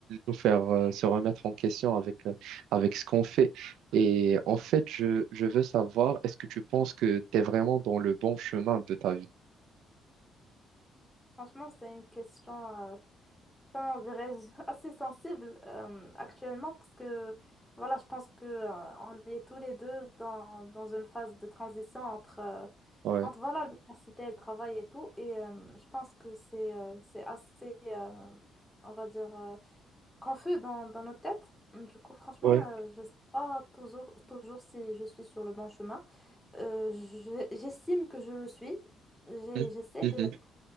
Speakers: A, on the right; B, in the centre.
A: nous faire euh, se remettre en question avec, euh, avec ce qu'on fait. Et en fait, je, je veux savoir, est-ce que tu penses que tu es vraiment dans le bon chemin de ta vie?
B: Franchement, c'est une question, euh, comment dirais-je, <laughs> assez sensible euh, actuellement parce que, voilà, je pense que euh, on est tous les deux dans, dans une phase de transition entre, euh,
A: Ouais.
B: entre voilà, l'université et le travail et tout. Et euh, je pense que c'est euh, c'est assez, euh, on va dire, euh, confus dans, dans nos têtes. Du coup, franchement,
A: Ouais,
B: euh, je sais pas toujours, toujours si je suis sur le bon chemin. Euh, je- j'estime que je le suis. J'ai-
A: Mhm.
B: J'essaie
A: Mhm.
B: de